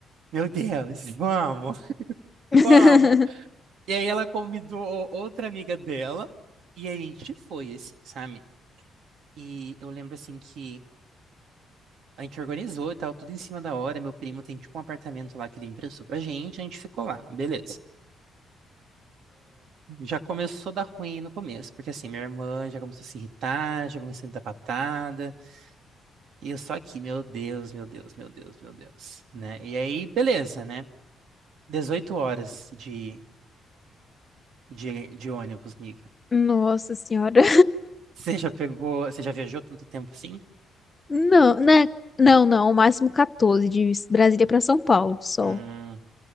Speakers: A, on the right; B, on the left.
A: meu Deus, vamos,
B: <laughs>
A: vamos. E aí ela convidou outra amiga dela e a gente foi, assim, sabe? E eu lembro, assim, que. A gente organizou e tal, tudo em cima da hora. Meu primo tem tipo um apartamento lá que ele emprestou pra gente, a gente ficou lá, beleza. Já começou a dar ruim no começo, porque assim, minha irmã já começou a se irritar, já começou a me dar patada, e eu só aqui, meu Deus, meu Deus, meu Deus, meu Deus, né? E aí, beleza, né? dezoito horas de, de, de ônibus, miga.
B: Nossa senhora.
A: <laughs> Você já pegou, você já viajou tanto tempo assim?
B: Não, né? Não, não. O máximo 14 de Brasília para São Paulo, só.
A: Hum,